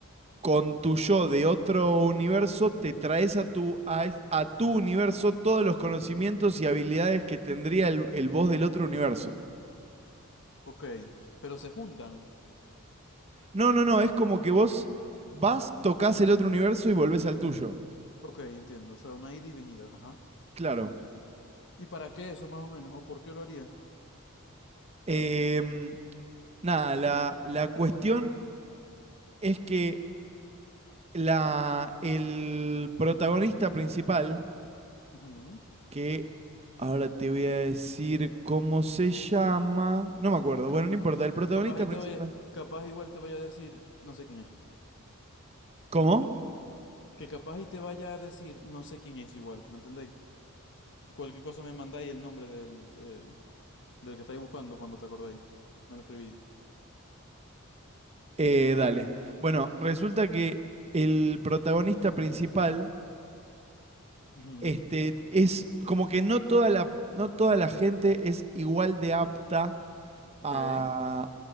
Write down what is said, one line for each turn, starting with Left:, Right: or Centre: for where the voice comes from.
Right: con tu yo de otro universo, te traes a tu, a, a tu universo todos los conocimientos
Left: ujú,
Right: y habilidades que tendría el, el vos del otro universo.
Left: ok, pero se juntan.
Right: No, no, no, es como que vos vas, tocas el otro universo y volvés al tuyo.
Left: Ok, entiendo, o sea, una ida y venida, ajá.
Right: Claro.
Left: ¿Y para qué eso más o menos? ¿O por qué lo haría?
Right: Em, nada, la, la cuestión es que la, el protagonista principal,
Left: Ujú.
Right: que ahora te voy a decir cómo se llama. No me acuerdo.
Left: Cap-
Right: Bueno, no importa. El protagonista
Left: capaz y
Right: principal.
Left: te vaya, capaz igual te vaya a decir, no sé quién es.
Right: ¿Cómo?
Left: Que capaz y te vaya a decir, no sé quién es igual, ¿me entendéis? Cualquier cosa me mandáis el nombre del, eh, del que estáis buscando cuando te acordáis. Me lo escribí.
Right: Eh, dale. Bueno, resulta que el protagonista principal,
Left: Ujú.
Right: este, es como que no toda la, no toda la gente es igual de apta
Left: Ok.
Right: a,